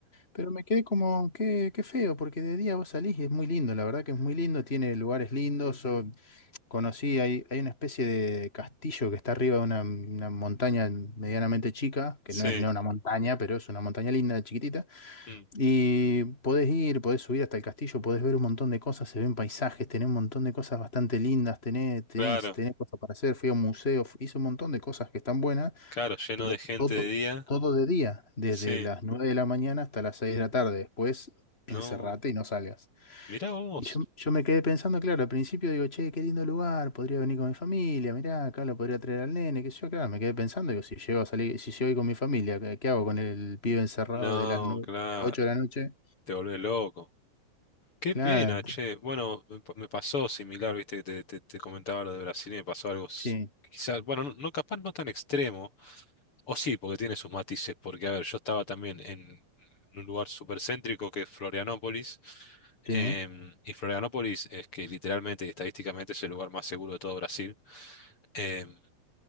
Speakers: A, on the left; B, on the left.
A: Pero me quedé como, qué, qué feo, porque de día vos salís y es muy lindo, la verdad que es muy lindo, tiene lugares lindos. o- conocí, hay, hay una especie de castillo que está arriba de una, una montaña medianamente chica, que
B: sí,
A: no es no una montaña, pero es una montaña linda, chiquitita.
B: mm,
A: Y podés ir, podés subir hasta el castillo, podés ver un montón de cosas, se ven paisajes, tenés un montón de cosas bastante lindas, tenés, tenés,
B: claro,
A: tenés cosas para hacer, fui a un museo, f- hice un montón de cosas que están buenas.
B: claro, lleno
A: Pero
B: de gente
A: todo,
B: de día.
A: todo de día, desde
B: Sí,
A: las 9 de la mañana hasta las 6 de la tarde. Después encerrate
B: no.
A: y no salgas.
B: Mirá vos.
A: Y yo, yo me quedé pensando, claro, al principio digo, che, qué lindo lugar, podría venir con mi familia, mirá, acá lo podría traer al nene, qué sé yo, claro, me quedé pensando, digo, si llego a salir, si llego a ir con mi familia, ¿qué, qué hago con el pibe encerrado
B: No,
A: de las nueve
B: claro,
A: de las ocho de la noche?
B: te volvés loco. Qué
A: Claro,
B: pena, che. Bueno, me pa- me pasó similar, viste, que te, te- te comentaba lo de Brasil y me pasó algo, s-
A: sí,
B: quizás, bueno, no, no, capaz no tan extremo O sí, porque tiene sus matices, porque a ver, yo estaba también en en un lugar súper céntrico que es Florianópolis,
A: sí.
B: em,
A: ¿eh?
B: y Florianópolis es que literalmente y estadísticamente es el lugar más seguro de todo Brasil, em,